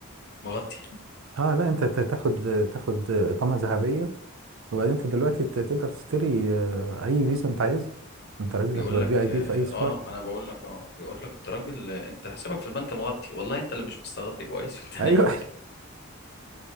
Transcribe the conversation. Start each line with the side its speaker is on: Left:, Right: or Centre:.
Left: مغطي
Right: اه لا انت ت- تاخد تاخد اقامه ذهبيه وبعدين انت دلوقتي ت- تقدر تشتري آه، اي فيزا انت عايزها انت راجل
Left: بيقول
Right: هتبقى
Left: لك
Right: في اي بي
Left: اه
Right: في اي سفاره
Left: آه، ما انا بقول لك اه بيقول لك انت راجل آه، انت حسابك في البنك مغطي والله انت اللي مش مستغطي كويس <laughs> وانت
Right: ايوه
Left: نايم
Right: <laughs>